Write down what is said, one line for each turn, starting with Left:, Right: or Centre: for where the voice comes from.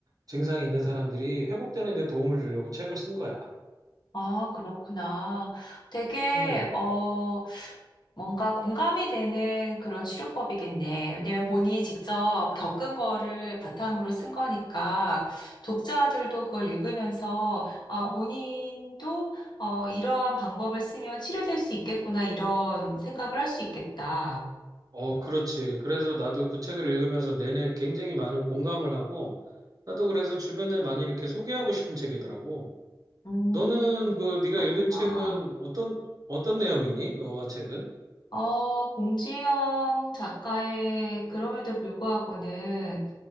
Right: 증상이 있는 사람들이 회복되는 데 도움을 주려고 책을 쓴 거야.
Left: 아, 그렇구나. 되게,
Right: 음.
Left: 어, 뭔가 공감이 되는 그런 치료법이겠네. 왜냐면 본인이 직접 겪은 거를 바탕으로 쓴 거니까 독자들도 그걸 읽으면서 아, 본인도 어, 이러한 방법을 쓰면 치료될 수 있겠구나 이런 생각을 할 수 있겠다.
Right: 어, 그렇지. 그래서 나도 그 책을 읽으면서 내내 굉장히 많은 공감을 하고 나도 그래서 주변에 많이 이렇게 소개하고 싶은 책이더라고.
Left: 음,
Right: 너는 그 네가
Left: 그렇구나.
Right: 읽은 책은 어떤 어떤 내용이니? 너와 책은?
Left: 어, 공지영 작가의 그럼에도 불구하고는